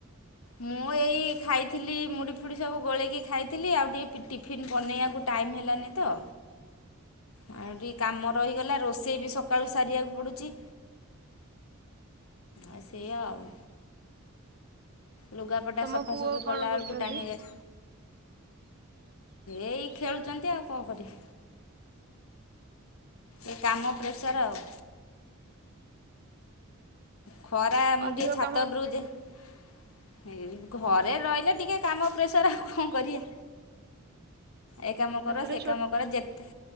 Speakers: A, on the left; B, on the right.
A: ମୁଁ ଏଇ ଖାଇଥିଲି ମୁଡ଼ି ଫୁଡ଼ି ସବୁ ଗୋଳେଇକି ଖାଇଥିଲି ଆଉ ଟିକେ ଟିଫିନ୍ ବନେଇ ବାକୁ ଟାଇମ୍ ହେଲାନି ତ।
B: <unintelligible>
A: ଆଉ ଟିକେ କାମ ରହିଗଲା ରୋଷେଇ ବି ସକାଳୁ ସାରିବାକୁ ପଡୁଚି। ଆ ସେୟା ଆଉ। ଲୁଗାପଟା
B: ତମ
A: ସଫାସଫି
B: ପୁଅ କଣ
A: କଲାବେଳକୁ
B: କରୁଛନ୍ତି?
A: ଟାଇମ୍ ହେଇ ଏଇ ଖେଳୁଚନ୍ତି ଆଉ କଣ କରିବି। ଏ କାମ ପ୍ରେସର ଆଉ। ଖରା ମୁଁ
B: ଅଧିକ
A: ଟିକେ ଛାତ
B: କାମ
A: ଉପରକୁ ଯା ଏଇ ଘରେ ରଇଲେ ଟିକେ କାମ ପ୍ରେସର ଆଉ କଣ କରିବା। ଏ କାମ
B: ତାପରେ
A: କର ସେ
B: ଛୋ
A: କାମ କର ଯେତେ